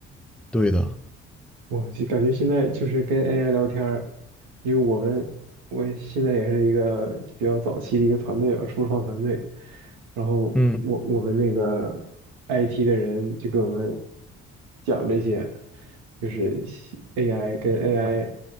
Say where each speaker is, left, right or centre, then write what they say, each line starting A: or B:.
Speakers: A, in the centre; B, on the right (about 85°).
A: 对的，
B: 我就感觉现在就是跟 AI 聊天儿，因为我们我现在也是一个比较早期的一个团队吧，初创团队，然后我我们那个
A: 嗯，
B: IT 的人就跟我们讲这些，就是 AI 跟 AI